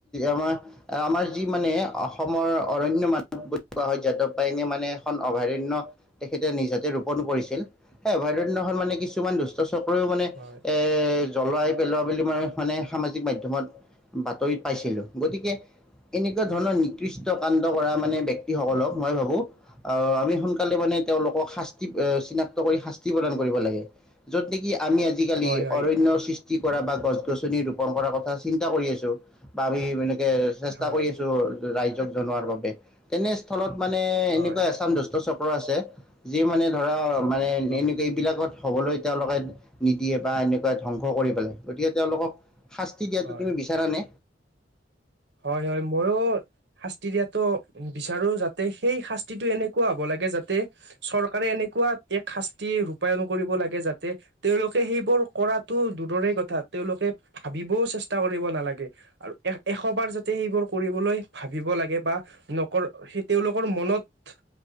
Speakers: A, in the centre; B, on the right.
A: আমাৰ আমাৰ যি মানে অসমৰ অৰণ্য মানু বুলি কোৱা হয়, যাদৱ পায়েঙে মানে এখন অভয়াৰণ্য তেখেতে নিজাতে ৰোপন কৰিছিল সেই অভয়াৰণ্যখন মানে কিছুমান দুষ্ট চক্ৰইও মানে
B: হয়
A: এ এ জ্বলোৱাই পেলোৱা বুলি মই মানে সামাজিক মাধ্যমত বাতৰিত পাইছিলো গতিকে এনেকুৱা ধৰণৰ নিকৃষ্ট কাণ্ড কৰা মানে ব্যক্তি সকলক মই ভাবো আহ আমি সোনকালে মানে তেওঁলোকক শাস্তি চিনাক্ত কৰি শাস্তি প্ৰদান কৰিব লাগে য'ত নেকি আমি আজিকালি
B: হয় হয়
A: অৰণ্য সৃ ষ্টি কৰা বা গছ গছনি ৰুপন কৰা কথা চিন্তা কৰি আছো বা আমি এনেকে চেষ্টা
B: হয়
A: কৰি আছো ৰাইজক জনোৱাৰ বাবে তেনেস্থলত মানে
B: হয়
A: এনেকুৱা এছাম দ স্ট চক্ৰ আছে, যিয়ে মানে ধৰা মানে
B: হয়
A: এনেকুৱা এইবিলাকত হ'বলৈ তেওঁলোকে নিদিয়ে বা এনেকুৱা ধ্বংস কৰি পেলাই গতিকে তেওঁলোকক শাস্তি দিয়াটো
B: হয়
A: তুমি বিচাৰানে
B: হয় হয়, মইয়ো শাস্তি দিয়াতো বিচাৰো যাতে সেই শাস্তিটো এনে কুৱা হ'ব লাগে যাতে চৰকাৰে এনেকুৱা এক শাস্তি ৰূপায়ন কৰিব লাগে যাতে তেওঁলোকে সেইবোৰ কৰাটো দূৰৰে কথা তেওঁলোকে ভাবিবও চেষ্টা কৰিব নালাগে আৰু এ এশ শ বাৰ যাতে সেইবোৰ কৰিবলৈ ভাবিব লাগে বা নকৰ সেই তেওঁলোকৰ মনত